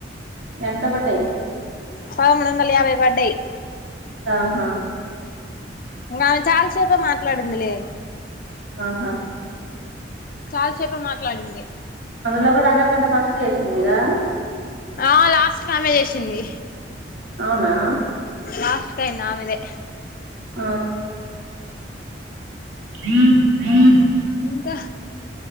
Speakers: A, on the right; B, on the left.
A: ఎంత పడ్డయ్
B: పదమూడొందల యాభై పడ్డయ్
A: ఆహా
B: ఇంగ ఆమె చాలాసేపే మాట్లాడిందిలే
A: ఆహా
B: చాలాసేపే మాట్లాడింది
A: అందులో ఒకటి అందరికంటే ఫస్ట్ చేసిందిగా
B: ఆ లాస్ట్ కామె జేసింది
A: అవునా
B: లాస్ట్ కయ్యింది ఆమెదే
A: ఆ హ <inaudible>
B: ఇంకా